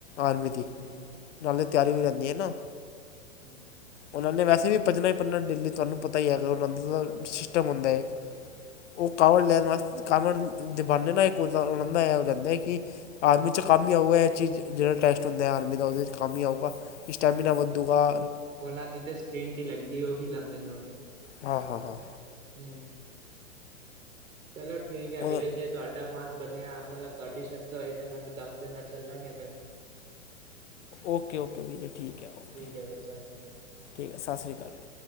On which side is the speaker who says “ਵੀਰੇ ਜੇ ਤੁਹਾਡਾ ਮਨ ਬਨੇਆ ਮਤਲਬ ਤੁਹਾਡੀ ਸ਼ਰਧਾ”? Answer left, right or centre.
Right